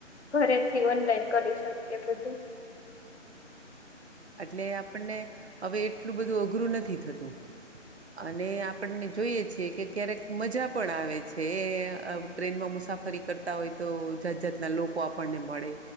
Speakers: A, on the left (about 60°); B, on the right (about 60°).
A: ઘરેથી ઓનલાઈન કરી શકીએ બધું
B: એટલે આપણને હવે એટલું બધું અઘરું નથી થતું અને આપણને જોઈએ છીએ કે ક્યારેક મજા પણ આવે છે ટ્રેનમાં મુસાફરી કરતા હોય તો જાત જાતના લોકો આપણને મળે